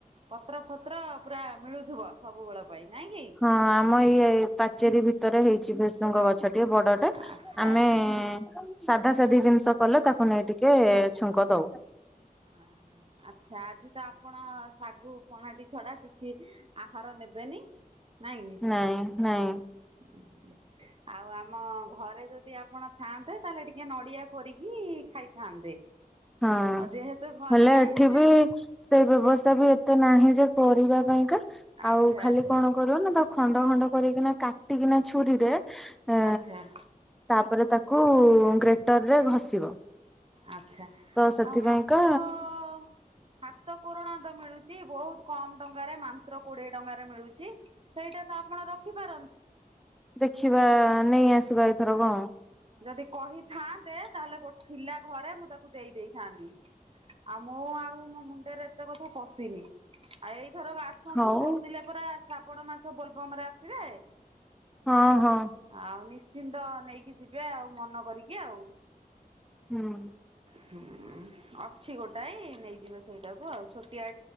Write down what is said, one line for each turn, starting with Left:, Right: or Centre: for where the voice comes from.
Right: ପତ୍ର ଫତ୍ର ପୁରା ମିଳୁଥିବ ସବୁବେଳ ପାଇଁ ନାଇଁ କି।
Centre: ହଁ ଆମ ଏଇ ପାଚେରୀ ଭିତରେ ହେଇଛି ଭେଷୁଙ୍ଗ ଗଛଟେ ବଡ଼ ଟେ।
Right: ଆଚ୍ଛା
Centre: ଆମେ
Right: ଆଚ୍ଛା।
Centre: ସାଧା ସାଧୀ ଜିନିଷ କଲେ ତାକୁ ନେଇ ଟିକେ ଛୁଙ୍କ ଦେଉ।
Right: ଆ ହୁଁ। ଆଚ୍ଛା ଆଜି ତ ଆପଣ ଶାଗୁ ପଣାଟି ଛଡା କିଛି ଆହାର ନେବେନି। ନାଇଁ କି।
Centre: ନାଇଁ ନାଇଁ।
Right: <unintelligible> ଆଉ ଆମ ଘରେ ଯଦି ଆପଣ ଥାଆନ୍ତେ ତାହେଲେ ଟିକେ ନଡିଆ କୋରିକି ଖାଇଥାନ୍ତେ।
Centre: ହଁ
Right: ଆଉ ଯେହେତୁ ଘରେ
Centre: ହେଲେ
Right: ନାହିଁ
Centre: ଏଠି
Right: ସେଇ
Centre: ବି ସେଇ ବ୍ୟବସ୍ଥା ବି ଏତେ ନାହିଁ ଯେ ପରିବା ପାଇଁକା
Right: ଆଚ୍ଛା
Centre: ଆଉ ଖାଲି
Right: ଆଚ୍ଛା
Centre: କଣ କର ନା ତ ଖଣ୍ଡ ଖଣ୍ଡ କରିକିନା କାଟିକିନା ଛୁରୀରେ ଏ
Right: ଆଚ୍ଛା।
Centre: ତାପରେ ତାକୁ ଗ୍ରେଟରରେ ଘଷିବ।
Right: ଆଛା
Centre: ତ ସେଥିପାଇଁକା
Right: ଆଉ ହାତ ଅ ଅ ହାତ କୋରଣା ତ ମିଳୁଛି ବହୁତ କମ ଟଙ୍କାରେ ମାନ୍ତ୍ର କୋଡିଏ ଟଙ୍କାରେ ମିଳୁଛି। ସେଇଟା ତ ଆପଣ ରଖିପାର
Centre: ଦେଖିବା ନେଇ ଆସିବା ଏଥର କ।
Right: ଯଦି କହିଥାନ୍ତେ ତାହେଲେ ଗୋଟେ ଥିଲା ଘରେ ମୁଁ ତାକୁ ଦେଇ ଦେଇଥାନ୍ତି। ଆଉ ମୁଁ ଆଉ ମୋ ମୁଣ୍ଡରେ ଏତେ କଥା ପଶିନି ଆଉ ଏଇଥର ଆ ଆସନ୍ତୁ
Centre: ହଉ
Right: କହୁଥିଲେ ପରା ଶ୍ରାବଣ ମାସ ବୋଲବମ ରେ ଆସିବେ।
Centre: ହଁ ହଁ।
Right: ଆଉ ନିଶ୍ଚିନ୍ତ ନେଇକି ଯିବେ ଆଉ ମନ କରିକି ଆଉ।
Centre: ହୁଁ।
Right: ହୁଁ ଅଛି ଗୋଟାଏ ନେଇଯିବେ ସେଇଟାକୁ ଆଉ ଛୋଟିଆ